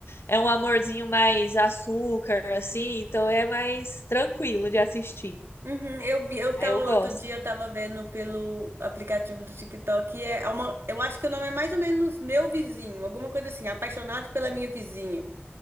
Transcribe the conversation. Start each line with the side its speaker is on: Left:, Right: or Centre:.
Left: É um amorzinho mais açúcar, assim, então é mais tranquilo de assistir.
Right: Uhum, eu vi, eu
Left: Aí
Right: tava
Left: eu
Right: outro
Left: gosto.
Right: dia, eu tava vendo pelo aplicativo do TikTok. E é uma, eu acho que o nome é mais ou menos Meu Vizinho, alguma coisa assim, Apaixonado pela Minha Vizinha.